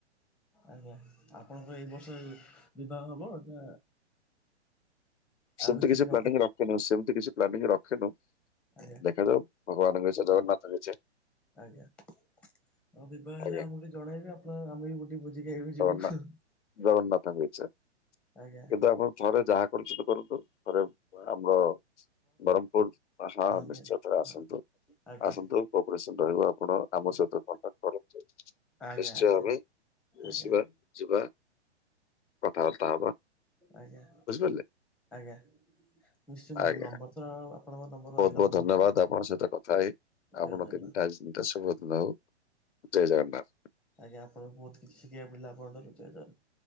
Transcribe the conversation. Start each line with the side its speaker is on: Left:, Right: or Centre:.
Centre: ଆଜ୍ଞା ଆପଣଙ୍କର ଏଇ ବର୍ଷ ବିବାହ ହବ ନା ଆଉ
Left: ସେମତି କିଛି
Centre: ଦିନ
Left: ପ୍ଲାନିଂ
Centre: ଅପ
Left: ରଖିନୁ ସେମିତି କିଛି ପ୍ଲାନିଂ ରଖିନୁ
Centre: ଆଜ୍ଞା
Left: ଦେଖାଯାଉ। ଭଗବାନଙ୍କ ଇଚ୍ଛା ଜଗନ୍ନାଥ ଙ୍କ ଇଚ୍ଛା
Centre: ଆଜ୍ଞା ହଁ ବିବାହ ହେଲେ
Left: ଆଜ୍ଞା
Centre: ଆମକୁ ଟିକେ ଜଣେଇବି ଆପଣ ଆମେ ବି ଗୋଟେ ଭୋଜି ଖାଇବାକୁ
Left: ଜଗନ୍ନାଥ
Centre: ଯିବୁ।
Left: ଜଗନ୍ନାଥଙ୍କ ଇଚ୍ଛା
Centre: ଆଜ୍ଞା
Left: କିନ୍ତୁ ଆପଣ ଥରେ ଯାହା କରୁଛନ୍ତି କରନ୍ତୁ ଥରେ ଆମର ବ୍ରହ୍ମପୁର ହଁ ନିଶ୍ଚିନ୍ତ
Centre: ନିହାତି
Left: ଥରେ ଆସନ୍ତୁ
Centre: ହଁ ଆଜ୍ଞା
Left: ଆସନ୍ତୁ କୋପରେସନ ରହିବ ଆପଣ ଆମ ସହିତ କଣ୍ଟାକ୍ଟ କରନ୍ତୁ।
Centre: ଆଜ୍ଞା
Left: ନିଶ୍ଚୟ
Centre: ଆଜ୍ଞା।
Left: ଆମେ ମିଶିବା
Centre: ଆଜ୍ଞା
Left: ଯିବା। କଥାବାର୍ତ୍ତା ହେବା
Centre: ଆଜ୍ଞା
Left: ବୁଝିପାରିଲେ।
Centre: ଆଜ୍ଞା। ନିଶ୍ଚୟ ମୁଁ
Left: ଆଜ୍ଞା
Centre: ନମ୍ବର। ର ଆପଣଙ୍କ ନମ୍ବର
Left: ବହୁତ
Centre: ରହିଲା
Left: ବହୁତ
Centre: ମୋ ପାଖରେ
Left: ଧନ୍ୟବାଦ ଆପଣଙ୍କ ସହିତ କଥା ହେଇ
Centre: ଜୟ
Left: ଆପଣ
Centre: ଜଗନ୍ନାଥ।
Left: ତିନିଟା ଶୁଭ ଦିନ ହଉ ଜୟ ଜଗନ୍ନାଥ।
Centre: ଆଜ୍ଞା ଆପଣଙ୍କଠୁ ବହୁତ କିଛି ଶିଖିବାକୁ ମିଳିଲା ଆପଣଙ୍କ ଠାରୁ ଜୟ ଜଗନ୍ନାଥ।